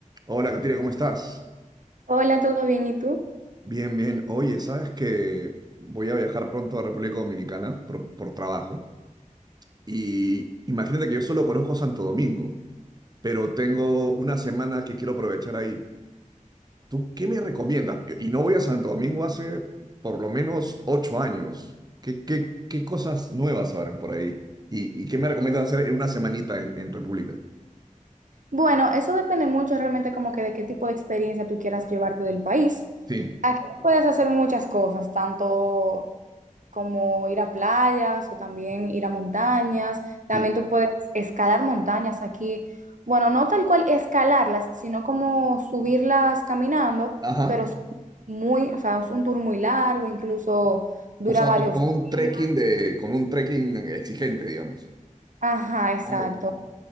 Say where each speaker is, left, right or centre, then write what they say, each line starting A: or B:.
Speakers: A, on the right; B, on the right.
A: Hola, Katina, ¿cómo estás?
B: Hola, ¿todo bien? ¿Y tú?
A: Bien, bien. Oye, ¿sabes que voy a viajar pronto a República Dominicana por, por trabajo? Y imagínate que yo solo conozco Santo Domingo, pero tengo una semana que quiero aprovechar ahí. ¿Tú qué me recomiendas? Y y no voy a Santo Domingo hace por lo menos ocho años. ¿Qué, qué, qué cosas nuevas habrán por ahí? ¿Y, y qué me recomiendas hacer en una semanita en, en República?
B: Bueno, eso depende mucho realmente como que de qué tipo de experiencia tú quieras llevarte del país.
A: Sí,
B: Aquí puedes hacer muchas cosas, tanto como ir a playas o también ir a montañas. También
A: sí.
B: tú puedes escalar montañas aquí. Bueno, no tal cual escalarlas, sino como subirlas caminando,
A: Ajá.
B: pero son muy, o sea, es un tour muy largo, incluso dura
A: O sea,
B: varios
A: con, con un
B: días.
A: trekking de, con un trekking exigente, digamos.
B: Ajá, exacto.
A: Ah, buenísimo.